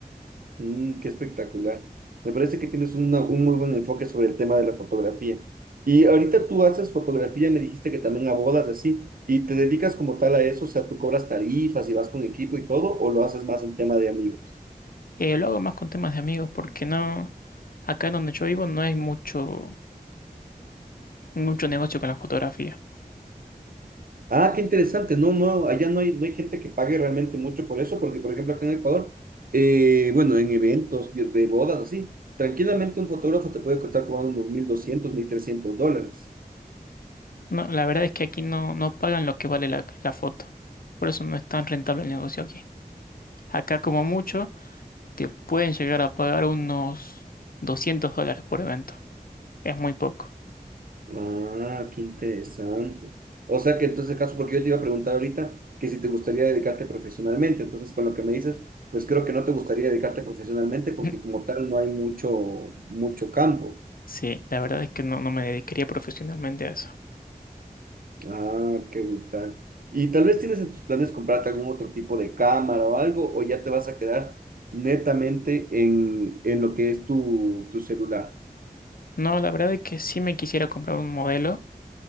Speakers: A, on the right (about 65°); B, on the left (about 70°).
A: Mm, qué espectacular. Me parece que tienes una- un muy buen enfoque sobre el tema de la fotografía. Y ahorita tú haces fotografía, me dijiste que también a bodas así, y te dedicas como tal a eso, o sea, tú cobras tarifas y vas con equipo y todo, o lo haces más en tema de amigos.
B: Eh, lo hago más con temas de amigos porque no, acá donde yo vivo no hay mucho, mucho negocio con la fotografía.
A: Ah, qué interesante. No, no, allá no hay, no hay gente que pague realmente mucho por eso, porque por ejemplo acá en Ecuador, eh, bueno, en eventos de, de bodas así, tranquilamente un fotógrafo te puede costar cobrando unos mil doscientos, mil trescientos dólares.
B: No, la verdad es que aquí no, no pagan lo que vale la, la foto. Por eso no es tan rentable el negocio aquí. Acá como mucho te pueden llegar a pagar unos 200 dólares por evento. Es muy poco.
A: Ah, qué interesante. O sea que entonces caso, porque yo te iba a preguntar ahorita que si te gustaría dedicarte profesionalmente, entonces con lo que me dices, pues creo que no te gustaría dedicarte profesionalmente porque
B: <laughs>
A: como tal no hay mucho, mucho campo.
B: Sí, la verdad es que no, no me dedicaría profesionalmente a eso.
A: Ah, qué brutal. ¿Y tal vez tienes en tus planes comprarte algún otro tipo de cámara o algo, o ya te vas a quedar netamente en, en lo que es tu, tu celular?
B: No, la verdad es que sí me quisiera comprar un modelo,